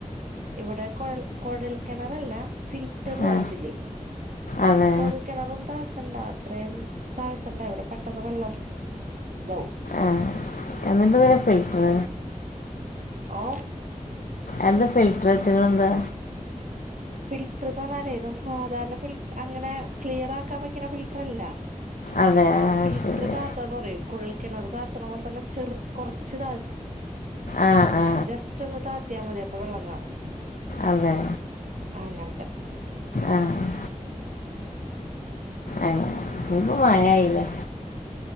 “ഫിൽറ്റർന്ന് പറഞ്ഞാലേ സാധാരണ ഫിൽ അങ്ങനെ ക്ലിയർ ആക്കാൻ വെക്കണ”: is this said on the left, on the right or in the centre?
Right